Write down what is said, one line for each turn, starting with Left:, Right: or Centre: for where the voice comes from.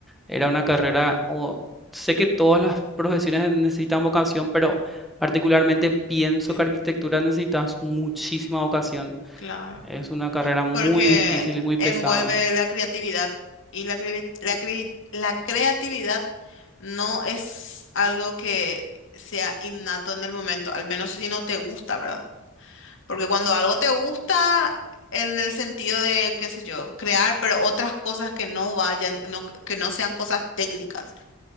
Centre: Era una carrera, o sé que todas las profesiones necesitan vocación, pero particularmente pienso
Left: que-
Centre: que arquitectura necesitas muchísima vocación.
Left: claro.
Centre: Es una carrera muy
Left: Porque
Centre: difícil y muy
Left: envuelve
Centre: pesada.
Left: la creatividad y la, crevi- la, cre- la creatividad no es algo que sea innato en el momento, al menos si no te gusta, ¿verdad? Porque cuando algo te gusta en el sentido de, qué sé yo, crear, pero otras cosas que no vayan, no- que no sean cosas técnicas.